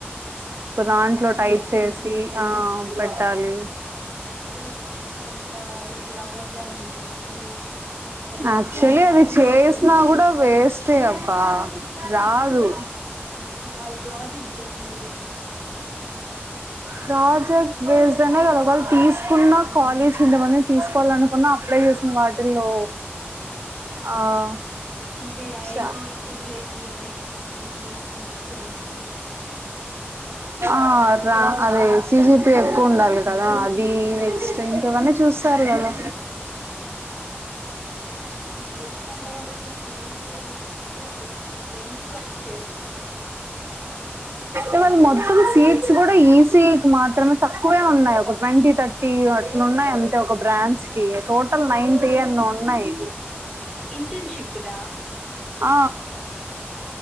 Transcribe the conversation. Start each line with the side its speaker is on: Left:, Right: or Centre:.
Right: ప్చ్ ఒకదాంట్లో టైప్ చేసి ఆ పెట్టాలి
Centre: అంతే ఇంకా ఇప్పుడు అవ్వద్లే అని చెప్పేసి ఓ జస్ట్
Right: యాక్చువలీ
Centre: అవి మాత్రం
Right: అది చేసినా
Centre: పిడిఎఫ్
Right: కూడా వేస్టే అబ్బా రాదు
Centre: వాళ్ ప్రాజెక్ట్ బెస్. మీరే చూస్తారు కదా!
Right: ప్రాజెక్ట్ బేస్డ్ అనే కద! వాల్ తీసుకున్న కాలేజ్ కి ఇంతమందిని తీసుకోవాలనుకున్న అప్లై చేసిన వాటిల్లో, ఆ
Centre: అంటే ఐఐటి
Right: ఛ
Centre: ట్రిపుల్ ఐటి ఎన్ఐటీస్ వీళ్ళు తీసుకుంటే ఎక్కువ తీసుకుంటారంటావా
Right: ఆ రా అదే సిజీపి ఎక్కువ ఉండాలి కదా! అది నెక్స్ట్ ప్ ఇవన్నీ చూస్తారు కదా!
Centre: నాకు తెలిసినంత వరకు సి జి పి యే చూస్తారు. మనం ఎన్ని ప్రాజెక్ట్స్ చేసినాము అని చూ
Right: ఏ వాళ్ మొత్తం సీట్స్ కూడా ఈసీ ఈ కి మాత్రమే తక్కువే ఉన్నాయి. ఒక ట్వంటీ థర్టీ అట్లున్నాయి అంతే ఒక బ్రాంచ్ కి. టోటల్ నైన్టి ఎన్నో ఉన్నాయి.
Centre: ఇంటెన్షిప్ డా
Right: ఆ